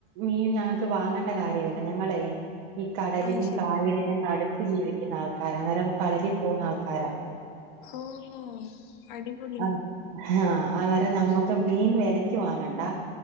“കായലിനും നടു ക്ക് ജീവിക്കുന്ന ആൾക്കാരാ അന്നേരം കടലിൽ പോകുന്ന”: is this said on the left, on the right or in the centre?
Right